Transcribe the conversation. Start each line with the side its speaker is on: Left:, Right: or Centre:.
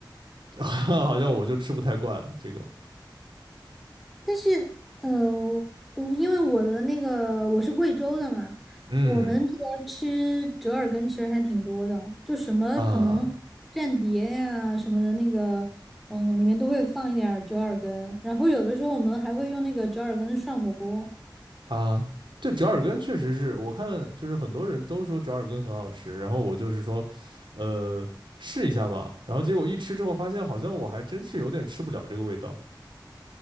Right: <laughs> 好像我就吃不太惯这个，
Centre: 但是，呃，我因为我的那个我是贵州的嘛，
Right: 嗯
Centre: 我们这边儿吃折耳根其实还挺多的，就什么可能蘸碟呀什么的那个，
Right: 啊。
Centre: 嗯，里面都会放一点儿折耳根，然后有的时候我们还会用那个折耳根涮火锅。
Right: 啊，对，折耳根确实是我看，就是很多人都说折耳根很好吃，然后我就是说，呃，试一下嘛，然后结果一吃之后发现，好像我还真是有点吃不了这个味道，